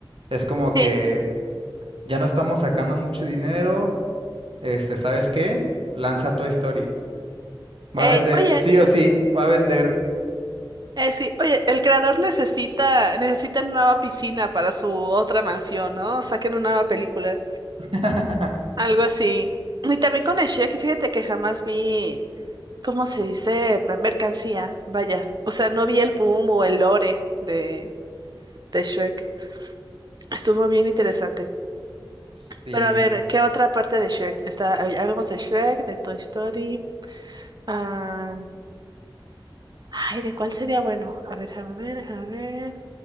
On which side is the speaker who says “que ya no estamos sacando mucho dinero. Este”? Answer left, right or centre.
Right